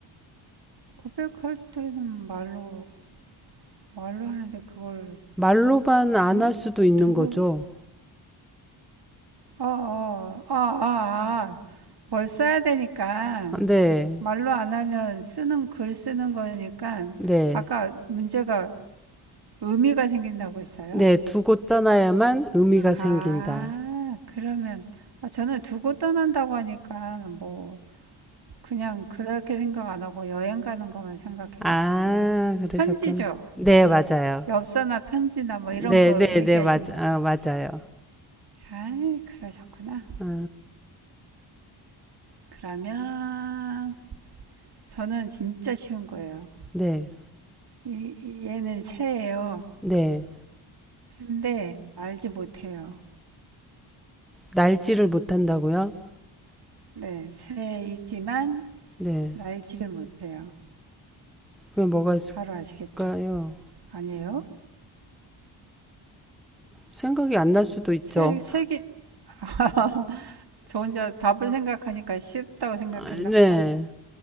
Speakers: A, on the right; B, in the centre.
A: 고백할 때는 말로 말로 하는데 그걸
B: 말로만 안
A: 두
B: 할 수도 있는
A: 두고
B: 거죠.
A: 아, 아, 아, 아, 아. 뭘 써야 되니까
B: 아, 네.
A: 말로 안 하면 쓰는 글 쓰는 거니까
B: 네.
A: 아까 문제가 의미가 생긴다고 했어요?
B: 네. 두고 떠나야만 의미가 생긴다.
A: 아, 그러면 아, 저는 두고 떠난다고 하니까 뭐 그냥 그렇게 생각 안 하고 여행 가는 것만 생각해가지고
B: 아, 그러셨구나.
A: 편지죠.
B: 네, 맞아요.
A: 엽서나 편지나 뭐
B: 네,
A: 이런 거
B: 네,
A: 얘기하신
B: 네, 맞,
A: 거죠.
B: 아, 맞아요.
A: 아, 그러셨구나.
B: 아,
A: 그러면 저는 진짜 쉬운 거예요.
B: 네,
A: 이- 얘는 새예요.
B: 네.
A: 새인데 알지 못해요.
B: 날지를 못한다고요?
A: 네, 새이지만
B: 네.
A: 날지를 못해요.
B: 그게 뭐가
A: 바로 아시겠죠?
B: 있을까요?
A: 아니에요?
B: 생각이 안 날 수도 있죠.
A: 새, 새긴, <laughs> 저 혼자 답을 생각하니까 쉽다고 생각했나
B: 아, 네.
A: 보다.